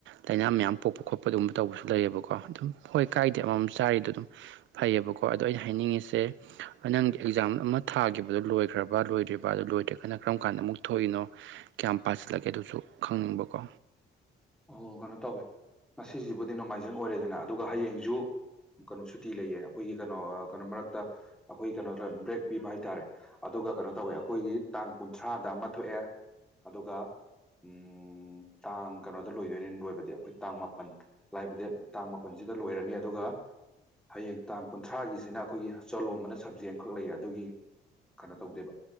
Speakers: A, on the right; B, in the centre.
A: ꯂꯩꯥꯅ ꯃꯌꯥꯝ ꯄꯣꯛꯄ ꯈꯣꯠꯄ ꯑꯗꯨꯨꯝꯕ ꯇꯧꯕꯁꯨ ꯂꯩꯌꯦꯕ ꯀꯣ ꯑꯗꯨꯝ ꯍꯣꯏ ꯀꯥꯏꯗꯦ ꯑꯃꯃꯝ ꯆꯥꯔꯤꯗꯣ ꯑꯗꯨꯝ ꯐꯩꯌꯦꯕꯀꯣ ꯑꯗꯣ ꯑꯩꯅ ꯍꯥꯏꯅꯤꯡꯉꯤꯁꯦ ꯅꯪꯒꯤ ꯑꯦꯛꯖꯥꯝ ꯑꯃ ꯊꯥꯈꯤꯕꯗꯨꯣ ꯂꯣꯏꯈ꯭ꯔꯕ ꯂꯣꯏꯗ꯭ꯔꯤꯕ ꯑꯗꯨ ꯂꯣꯏꯗ꯭ꯔꯒꯅ ꯀꯔꯝ ꯀꯥꯟꯗ ꯑꯃꯨꯛ ꯊꯣꯛꯏꯅꯣ ꯀꯌꯥꯝ ꯄꯥꯁꯤꯜꯂꯒꯦꯗꯨꯁꯨ ꯈꯪꯅꯤꯡꯕꯀꯣ
B: ꯑꯣ ꯀꯩꯅꯣ ꯇꯧꯋꯦ ꯉꯁꯤꯁꯤꯕꯨꯗꯤ ꯅꯣꯡꯃꯥꯏꯖꯤꯡ ꯑꯣꯏꯔꯦꯗꯅ ꯑꯗꯨꯒ ꯍꯌꯦꯡꯁꯨ ꯀꯅꯣ ꯁꯨꯇꯤ ꯂꯩꯌꯦ ꯑꯩꯈꯣꯏꯒꯤ ꯀꯩꯅꯣ ꯀꯩꯅꯣ ꯃꯔꯛꯇ ꯑꯩꯈꯣꯏ ꯀꯩꯅꯣꯗ ꯕ꯭ꯔꯦꯛ ꯄꯤꯕ ꯍꯥꯏꯇꯥꯔꯦ ꯑꯗꯣ ꯑꯗꯨꯒ ꯀꯩꯅꯣ ꯇꯧꯋꯦ ꯑꯩꯈꯣꯏꯒꯤ ꯇꯥꯡ ꯀꯨꯟꯊ꯭ꯔꯥꯗ ꯑꯃ ꯊꯣꯛꯑꯦ ꯑꯗꯨꯒ ꯎꯝ ꯇꯥꯡ ꯀꯅꯣꯗ ꯂꯣꯏꯗꯣꯏꯅꯦ ꯂꯣꯏꯕꯗꯤ ꯑꯩꯈꯣꯏ ꯇꯥꯡ ꯃꯥꯄꯟ ꯂꯥꯛꯏꯕꯗꯤ ꯗꯦꯠ ꯇꯥꯡ ꯃꯥꯄꯟꯁꯤꯗ ꯂꯣꯏꯔꯅꯤ ꯑꯗꯨꯒ ꯍꯌꯦꯡ ꯇꯥꯡ ꯀꯨꯟꯊ꯭ꯔꯥꯒꯤꯁꯤꯅ ꯑꯩꯈꯣꯏꯒꯤ ꯆꯣꯂꯣꯝꯑꯅ ꯁꯕꯖꯦꯛ ꯑꯝꯈꯛ ꯂꯩꯌꯦ ꯑꯗꯨꯒꯤ ꯀꯅꯣ ꯇꯧꯗꯦꯕ